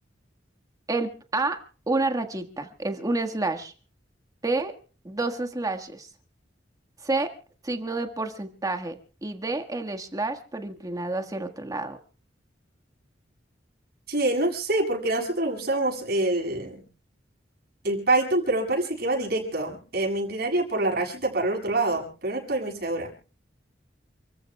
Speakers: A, on the right; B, on the right.
A: El A, una rayita, es un slash. P, dos slashes. C, signo de porcentaje. Y D, el slash, pero inclinado hacia el otro lado.
B: Che, no sé, porque nosotros usamos el, el Python, pero me parece que va directo. Eh, me inclinaría por la rayita para el otro lado, pero no estoy muy segura.